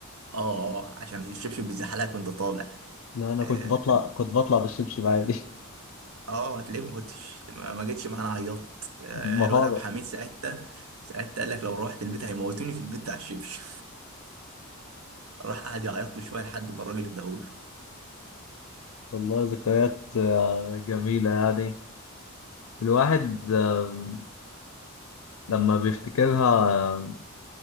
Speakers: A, on the right (about 75°); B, on the left (about 75°).
A: اه عشان الشبشب بيزحلقك وانت طالع
B: لا أنا
A: اه
B: كنت بطلع كنت بطلع بالشبشب عادي
A: آه، هتلاقيك ما كنتش ما ما جيتش معانا عيطت آه
B: <laughs> مهارة
A: الواد عبد الحميد ساعتها ساعتها قال لك لو روحت البيت هيموتوني في البيت بتاع الشبشب <laughs> راح قعد يعيط له شويه لحد ما الراجل اداهوله
B: والله ذكريات آه، جميلة يعني الواحد آه، لما بيفتكرها آه،